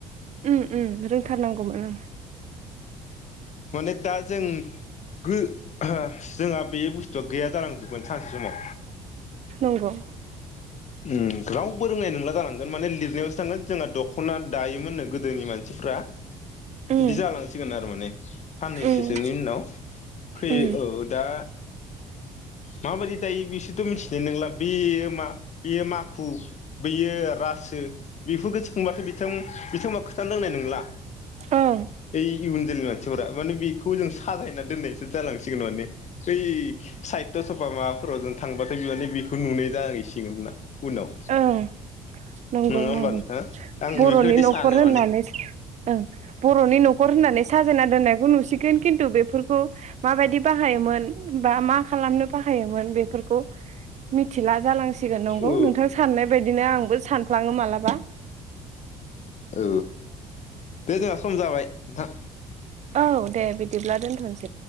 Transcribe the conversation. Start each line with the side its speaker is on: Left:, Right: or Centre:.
Right: उम उम रोंथारनां गौ उम।
Left: माने दा जों गो जोंहा बे बुस्थुआ गैया जालांजोबगोन सानसे समाव।
Right: नंगौ।
Left: उम रावबो रोंनाय नंला जागोन माने लिरनायावसो थांगोन जोंहा दख'ना दायोमोन नो गोदोनि मान सिफ्रा।
Right: उम
Left: इदि जालांसिगोन आरो माने। <unintelligible> साननैसोसोनि
Right: उम
Left: उनाव खै
Right: उम
Left: औ दा माबायदि दायो बिसो रथ' मिथिनाय नंला बेयो मा। बेयो माखु बैयो रासो बेफोरखौ सोंबाथ' बिथां-बिथांमोना खोथानो रोंनाय नोंला।
Right: ओं
Left: बै इयुन जोलैनि मानसिफोरा। माने बेखौ जों साजायना दोननायसो जालांसिगोन माने। ओइ साहित्य सभा माबाफोराव जों थांबाथाय बे माने बेखौ नुनाय जाहैसिगोन उनाव
Right: ओं नंगौ
Left: नङा होमबा
Right: नंगौ।
Left: नोंथां आं
Right: बर'नि
Left: बेफोरबायदि
Right: न'खर
Left: सानो
Right: होननानै
Left: माने
Right: ओं बर'नि न'खर होननानै साजायना दोननायखौ नुसिगोन। खिन्थु बेफोरखौ माबायदि बाहायोमोन बा मा खालामनो बाहायोमोन बेफोरखौ मिथिला जालांसि गोन नंगौ
Left: औ
Right: नोंथां साननाय बायदिनो आंबो सानफ्लाङो मालाबा।
Left: औ दे जोंहा सम जाबाय नोंथां।
Right: औ दे बिदिब्ला दोनथ'नोसै